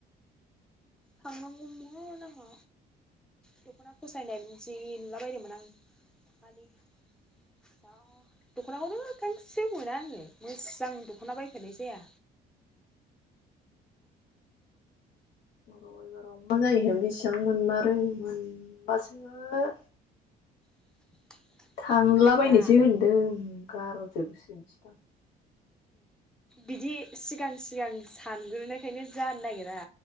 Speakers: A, in the centre; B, on the left (about 85°).
A: थांनांगौमोन आंहा। दख'ना फसायनाय जि नुला बायदोंमोन आं <unintelligible> दखनाखौनो गांसे मोना आंङो मोजां दख'ना बायखेरनाय जाया
B: र एबाराव मा जायोथाय बेसेबां मोनमारै मोनबासो।
A: <inaudible>
B: थांलाबायनोसै
A: आङो दा
B: होनदों गार'जोबो
A: बिदि सिगां- सिगां सानग्रोनायखायनो जानो नागिरा।